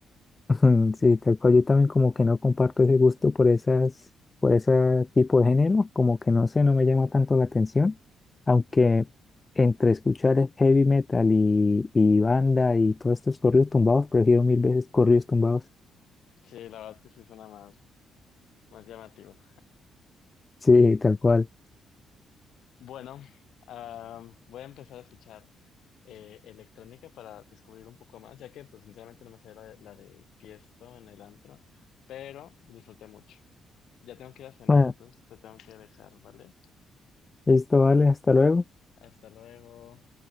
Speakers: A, on the left; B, on the left.
A: <laughs> Ujú, Sí, tal cual yo también como que no comparto ese gusto por esas, por ese tipo de género, como que no sé, no me llama tanto la atención, aunque entre escuchar heavy metal y, y banda y todos estos corridos tumbados, prefiero mil veces corridos tumbados.
B: Sí, la verdad que sí suena más, más llamativo.
A: Sí, tal cual.
B: Bueno, am, voy a empezar a escuchar eh, electrónica para descubrir un poco más, ya que pues sinceramente no me sé la, de- la de Tiesto en el antro, pero disfruté mucho. Ya tengo que ir a cenar,
A: Ah,
B: entonces te tengo que dejar, ¿vale?
A: listo, vale, hasta luego.
B: Hasta luego.